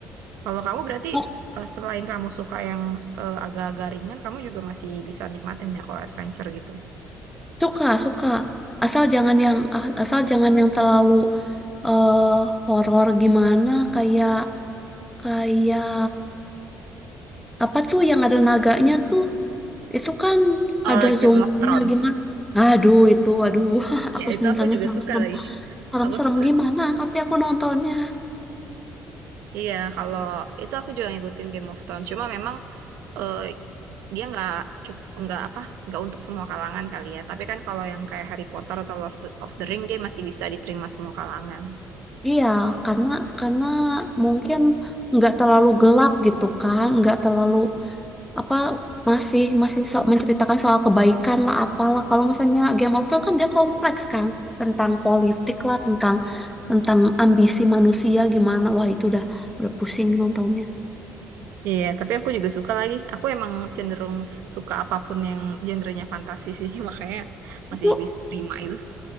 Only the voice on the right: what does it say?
Kalau kamu berarti
s- eh, selain kamu suka yang eh, agak-agak ringan, kamu juga masih bisa nikmatin ya kalau adventure gitu.
Eh,
Game
of Thrones.
Ya itu
aku juga
suka lagi. <laughs>
Aku suka
tuh.
Iya, kalau itu aku juga ngikutin Game of Thrones. Cuma memang eh, dia nggak cukup nggak apa nggak untuk semua kalangan kali ya tapi kan kalau yang kayak Harry Potter atau Lord of the Ring dia masih bisa diterima semua kalangan
iya tapi aku juga suka lagi aku emang cenderung suka apapun yang genrenya fantasi sih <laughs> makanya masih
bisa terima itu